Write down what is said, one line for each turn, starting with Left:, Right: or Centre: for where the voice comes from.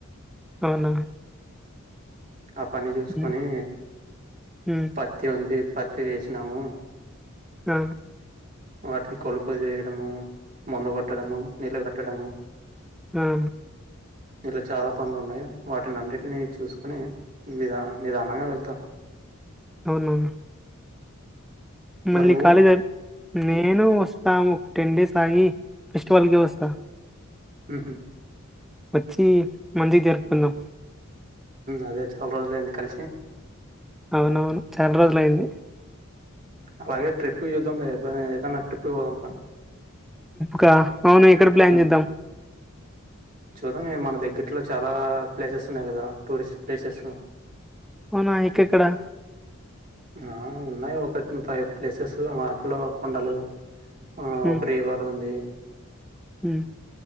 Centre: అవునా
Right: ఆ పని చూసుకొని
Centre: హ్మ్. హ్మ్.
Right: పత్తి ఉంది పత్ తి వేసినాము
Centre: హు
Right: వాటిని కొలుపు చేయడము మందు కొట్టడము నిలగట్టడము
Centre: హు
Right: ఇలా చాలా పనులు ఉన్నాయి వాటినిన్నిటిని చూసుకుని నిదా నిదానంగా వెళ్తానూ
Centre: అవునా మళ్ళీ
Right: మరి నువ్వు
Centre: కాలేజీ అయి నేను వ రాము ఒక టెన్ డేస్ ఆగి ఫెస్టివల్ కీ వస్తా
Right: ఉహు
Centre: వచ్చి మంచికి జర్పుకుందాం
Right: అదే చాలా రోజులయింది కలిసి
Centre: అవునవును చాలా రోజులు అయింది
Right: అలాగే ట్రిప్ చూద్దాం లే ఎప్పుడ ఏదన్నా ట్రిప్కి పోదాం
Centre: క అవును ఎక్కడ ప్లాన్
Right: ఉమ్
Centre: చేద్దాం
Right: చూద్దాం మన దగ్గట్లో చాలా ప్లేసెస్ ఉన్నాయి కదా టూరిస్ట్ ప్లేసెస్
Centre: అవునా ఇెక్కడా
Right: ఆ ఉన్నాయి ఒకటిని ఫైవ్ ప్లేసెస్ వాటిలో కొండలు ఆ
Centre: హ్మ్.
Right: ఒక్క రివర్ ఉంది
Centre: హ్మ్.